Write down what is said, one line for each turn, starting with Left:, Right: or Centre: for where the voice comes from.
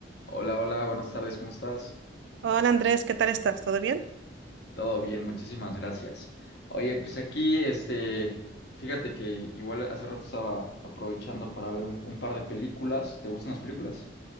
Left: Hola, hola, buenas tardes, ¿cómo estás?
Right: Hola Andrés, ¿qué tal estás? ¿Todo bien?
Left: Todo bien, muchísimas gracias. Oye, pues aquí, este, fíjate que igual hace rato estaba aprovechando para ver un, un par de películas. ¿Te gustan las películas?